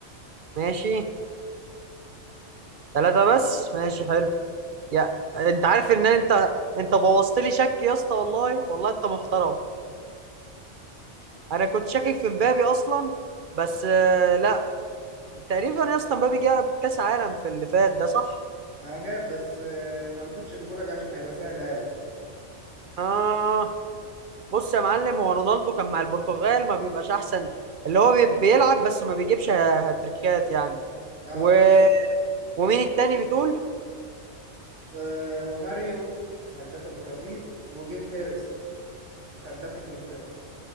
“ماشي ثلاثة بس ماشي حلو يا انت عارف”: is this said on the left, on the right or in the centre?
Right